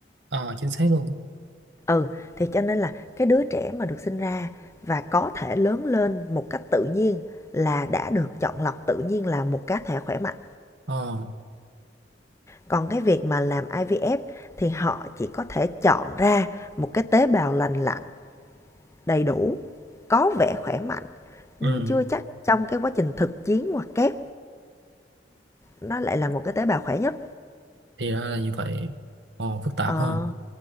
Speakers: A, on the right; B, on the left.
A: ờ, chính xác luôn
B: ừ thì cho nên là cái đứa trẻ mà được sinh ra và có thể lớn lên một cách tự nhiên là đã được chọn lọc tự nhiên là một cá thể khỏe mạnh
A: ờ,
B: Còn cái việc mà làm IVF thì họ chỉ có thể chọn ra một cái tế bào lành lặn đầy đủ, có vẻ khỏe mạnh
A: ừ.
B: nhưng chưa chắc trong cái quá trình thực chiến hoặc kép nó lại là một cái tế bào khỏe nhất.
A: thì ra là như vậy ờ, phức tạp
B: Ờ,
A: ha